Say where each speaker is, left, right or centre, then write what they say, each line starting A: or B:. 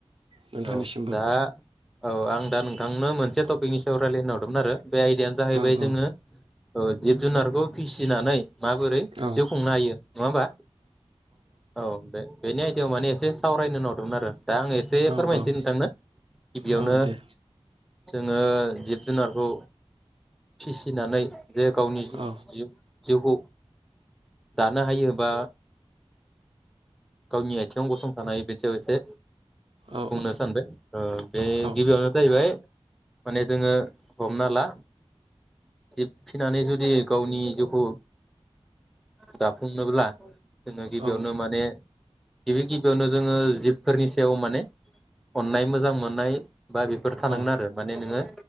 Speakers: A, on the right; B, in the centre.
A: नोंथांनिसिमबो।
B: औ दा औ आं दा नोंथांनो मोनसे टपिकनि सायाव रायजलायनो हरदोंमोन आरो। बे आयदिायानो जाहैबाय
A: औ
B: जोङो
A: औ
B: ओ जिब जुनारखौ फिसिनानै माबोरै
A: औ
B: जिउ खुंनो हायो नङा होमबा औ बे बेनि आयदायाव माने एसे सावरायनो नरदोंमोन आरो। दा आं एसे
A: औ
B: फोरमायनोसै
A: औ
B: नोंथांनो गिबियावनो
A: औ दे
B: जोंङो जिब जुनारखौ फिसिनानै जे गावनि जि
A: औ
B: जिउखौ दानो हायो बा गावनि आथिङाव गसंथानो हायो बिदियाव एसे
A: औ
B: बुंनो सानदों बे
A: औ
B: गिबियावनो जाहैबाय माने जोंङो हमना ला जि फिनानै जुदि गावनि जिउखौ दाफुंनोब्ला जोंङो गिबियावनो
A: औ
B: माने गिबि-गिबियावनो जोंङो जिबफोरनि सायाव माने अननाय मोजां मोननाय बा बेफोर थानांगोन
A: औ
B: आरो माने नोङो